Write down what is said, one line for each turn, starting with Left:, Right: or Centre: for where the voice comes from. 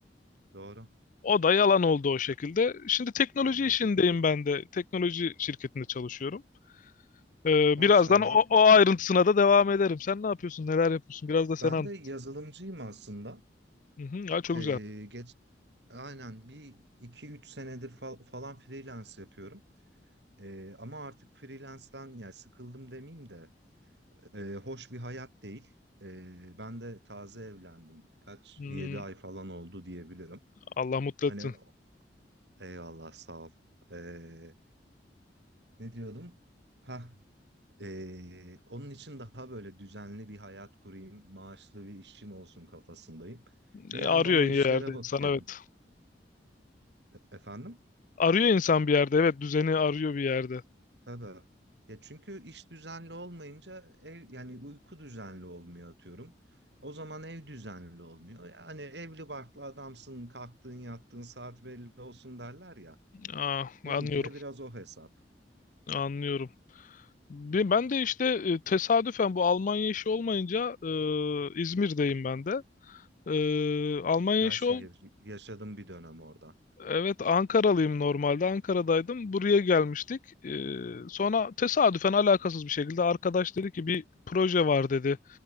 Right: Doğru.
Left: O da yalan oldu o şekilde. Şimdi teknoloji
Right: Anladım.
Left: işindeyim ben de. Teknoloji şirketinde çalışıyorum. Ee,
Right: Maşallah.
Left: birazdan o, o ayrıntısına da devam ederim. Sen ne yapıyorsun? Neler yapıyorsun? Biraz da sen
Right: Ben
Left: an.
Right: de yazılımcıyım aslında.
Left: Hı hı, ya çok
Right: Ee,
Left: güzel.
Right: geç, aynen bir iki üç senedir fal- falan freelance yapıyorum. Ee, ama artık freelance'den yani sıkıldım demeyeyim de e, hoş bir hayat değil. Ee, ben de taze evlendim. Kaç
Left: Hmm,
Right: yedi ay falan oldu diyebilirim.
Left: Allah mutlu
Right: Hani
Left: etsin.
Right: eyvallah sağ ol. Ee, ne diyordum? Ha. Ee, onun için daha böyle düzenli bir hayat kurayım, maaşlı bir işim olsun kafasındayım. Bir
Left: E,
Right: yandan
Left: arıyor
Right: o
Left: bir
Right: işlere
Left: yerde insan
Right: bakıyorum.
Left: evet.
Right: Efendim?
Left: Arıyor insan bir yerde evet düzeni arıyor bir yerde.
Right: Tabii. Ya çünkü iş düzenli olmayınca ev yani uyku düzenli olmuyor atıyorum. O zaman ev düzenli olmuyor. Yani evli barklı adamsın, kalktığın yattığın saat belli olsun derler ya.
Left: Aa,
Right: Benimki
Left: anlıyorum
Right: de biraz o hesap.
Left: anlıyorum. Bi- Ben de işte e, tesadüfen bu Almanya işi olmayınca e, İzmir'deyim ben de. E, Almanya
Right: Güzel
Left: işi
Right: şehir. Yaşadım bir dönem orada.
Left: Evet Ankaralıyım normalde. Ankara'daydım. Buraya gelmiştik. Ee, sonra tesadüfen alakasız bir şekilde arkadaş dedi ki bir proje var dedi.